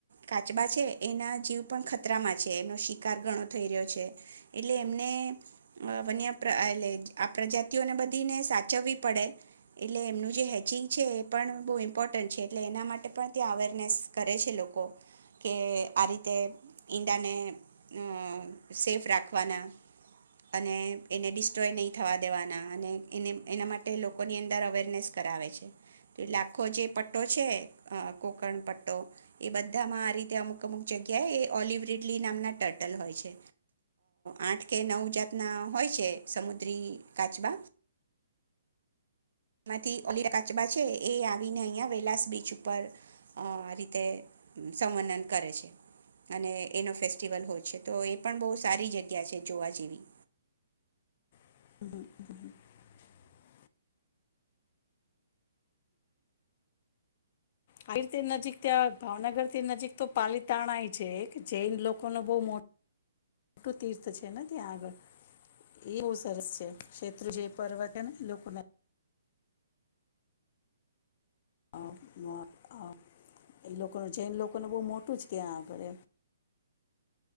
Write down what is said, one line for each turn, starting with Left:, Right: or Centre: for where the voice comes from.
Right: કાચબા છે. એના જીવ પણ ખતરામાં છે. એમનો શિકાર ઘણો થઈ રહ્યો છે. એટલે એમને અ વન્ય પ્રા એટલે આ પ્રજાતિઓને બધીને સાચવવી પડે. એટલે એમનું જે હેચિંગ છે. એ પણ બહુ ઇમ્પોર્ટન્ટ છે એટલે એના માટે પણ ત્યાં અવેરનેસ કરે છે લોકો. કે આ રીતે ઈંડાને અ સેફ રાખવાના. અને એને ડિસ્ટ્રોય ન‌ઈ થવા દેવાના અને એને એના માટે લોકો અવેરનેસ કરાવે છે તો એટલે ખોજે પટ્ટો છે. અ કોકણ પટ્ટો એ બધામાં આ રીતે તે અમુક અમુક જગ્યાએ એ ઓલિવરી લી નામના ટટલ હોય છે. આઠ કે નવ જાતના હોય છે સમુદ્રી કાચબા. એમાંથી <unintelligible> કાચબા છે એ આવીને અહિયાં વેલાસ બીચ ઉપર અ રીતે સંવર્ણન કરે છે. અને એનો ફેસ <unintelligible> હોય છે તો એ પણ બહ સારી જગ્યા છે જોવા જેવી.
Left: <inaudible> આવી રીતે નજીક ત્યાં ભાવનગર નજીક તો પાલીતાણા એ છે. એક જૈન લોકો ન બો મોટું તીર્થ છે ને ત્યાં આગળ એ બહુ સરસ છે શેત્રુંજય પર્વત છે ને લોકોને <unintelligible> અ એ લોકો ન જૈન લોકોનું બઉ મોટું જ આગળ